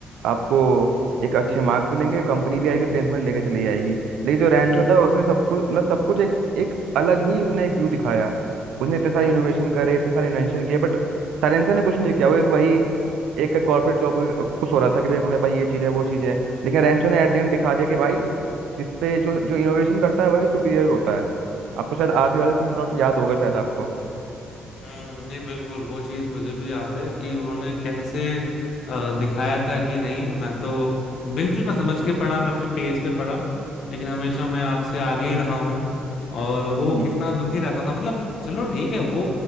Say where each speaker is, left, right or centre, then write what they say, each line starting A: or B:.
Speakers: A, on the right; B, on the left.
A: आपको एक अच्छे मार्क्स मिलेंगे कंपनी भी आएगी प्लेसमेंट लेके चली जाएगी लेकिन जो रैंचो था उसने सब कुछ मतलब सब कुछ एक एक अलग ही उसने एक व्यू दिखाया उसने इतने सारे इनोवेशन करे इतने सारे इन्वेंशन किए बट साइलेंसर ने कुछ नहीं किया वो एक वही एक कॉर्पोरेट जॉब को खुश हो रहा था कि देखो मेरे पास ये चीज़ है वो चीज़ है लेकिन रैंचो ने एट द एंड दिखा दिया कि भाई जिसपे जो जो इनोवेशन करता है वही सुपीरियर होता है आपको शायद आखिरी वाला सीन प्लॉट याद होगा शायद आपको
B: हम्म, नहीं बिल्कुल वो चीज मुझे भी याद है कि उन्होंने कैसे अ, दिखाया था कि नहीं मैं तो बिल्कुल मैं समझ के पढ़ा मैं अपने पेस पे पढ़ा लेकिन हमेशा मैं आपसे आगे ही रहा हूँ और वो
A: हम्म
B: कितना दुखी रहता था मतलब चलो ठीक है वो